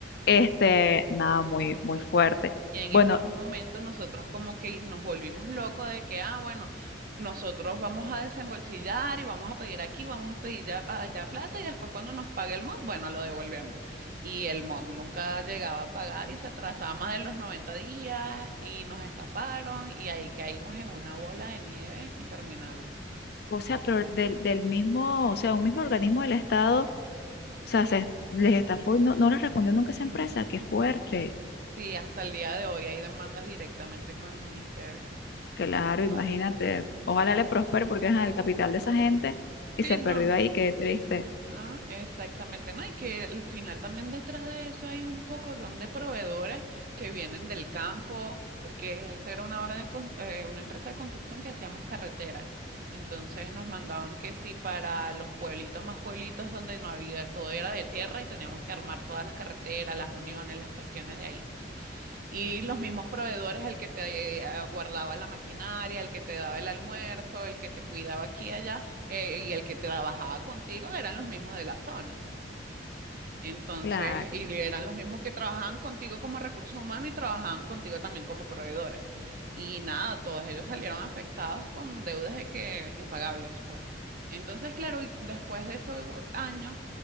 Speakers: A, on the left; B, on the right.
A: Este, nada, muy, muy
B: exactamente.
A: fuerte.
B: Y en
A: Bueno,
B: ese momento nosotros como que nos volvimos locos de que, ah, bueno, nosotros vamos a desembolsillar y vamos a pedir aquí, vamos a pedir ya- allá plata y después cuando nos pague el mod, bueno, lo devolvemos. Y el mod nunca llegaba a pagar y se atrasaba más de los 90 días y nos estafaron y ahí caímos en una bola de nieve interminable.
A: o sea, pero del, del mismo, o sea, un mismo organismo del Estado, o
B: Sí.
A: sea, se les estafó y no, no les respondió nunca esa
B: Mm,
A: empresa. Qué
B: mm.
A: fuerte.
B: Sí, hasta el día de hoy hay demandas directamente con el ministerio
A: Claro, imagínate.
B: para ver.
A: Ojalá le prospere porque es el capital de esa gente y
B: Sí,
A: se
B: no.
A: perdió ahí, qué triste.
B: eh, Ajá, exactamente. No, y que al final también detrás de eso hay un poco de proveedores que vienen del campo, porque esta era una obra de con- eh, una empresa de construcción que hacíamos carreteras. Entonces nos mandaban que sí para los pueblitos más pueblitos donde no había, todo era de tierra y teníamos que armar todas las carreteras, las uniones, las cuestiones de ahí. Y los mismos proveedores, el que te eh, guardaba la maquinaria, el que te daba el almuerzo, el que te cuidaba aquí y allá, eh, y el que trabajaba contigo, eran los mismos de la zona. Entonces,
A: Claro.
B: y eran los mismos que trabajaban contigo como recursos humanos y trabajaban contigo también como proveedores. Y nada, todos ellos salieron afectados con deudas de que impagables, pues. Entonces, claro, ul- después de esos años,